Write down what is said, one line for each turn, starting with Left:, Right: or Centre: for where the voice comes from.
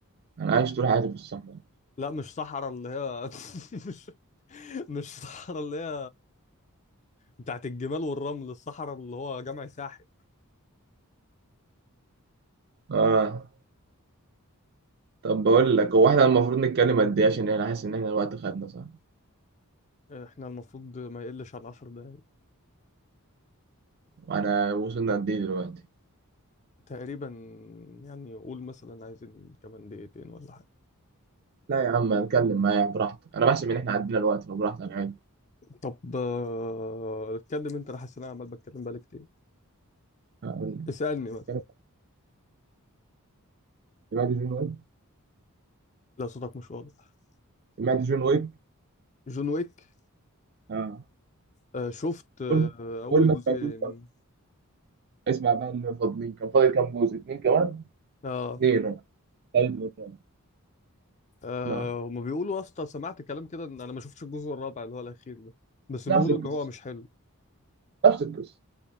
Right: أنا عايش طول حياتي في الصحراء
Left: لا مش صحراء اللي هي <laughs> مش مش صحراء اللي هي بتاعت الجمال والرمل الصحراء اللي هو جمع ساحل
Right: آه طب بقول لك هو إحنا المفروض نتكلم قد إيه عشان أنا حاسس إن إحنا الوقت خدنا صح
Left: احنا المفروض ما يقلش عن عشر دقايق
Right: وأنا وصلنا قد إيه دلوقتي
Left: تقريبا يعني قول مثلا عايزين كمان دقيقتين ولا حاجه
Right: لا يا عم نتكلم معايا براحتك أنا بحسب إن إحنا عدينا الوقت فبراحتك عادي
Left: طب آه، اتكلم انت انا حاسس ان انا عمال بتكلم بقالي كتير
Right: هقول
Left: اسالني
Right: لك سمعت جون ويك
Left: لا صوتك مش واضح
Right: سمعت جون ويك
Left: جون ويك
Right: آه.
Left: آه شفت آه
Right: قول
Left: اول
Right: قول ما
Left: جزئين
Right: سمعتوش بقى اسمع بقى اللي فاضلين كان فاضل كام جزء اتنين كمان
Left: اه
Right: اتنين آه. تالت والرابع
Left: آه،
Right: نعم
Left: هما بيقولوا اصلا سمعت كلام كده ان انا ما شفتش الجزء الرابع اللي هو الاخير ده بس بيقولوا
Right: نفس القصه
Left: ان هو مش حلو
Right: نفس القصه